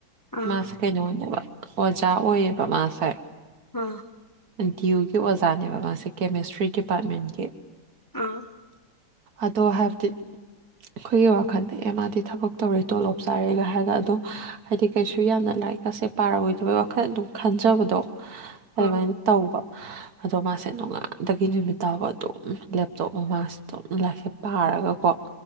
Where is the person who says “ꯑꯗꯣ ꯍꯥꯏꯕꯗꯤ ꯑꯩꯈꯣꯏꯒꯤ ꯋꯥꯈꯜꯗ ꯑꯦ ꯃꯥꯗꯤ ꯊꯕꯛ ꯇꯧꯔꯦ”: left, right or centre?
Right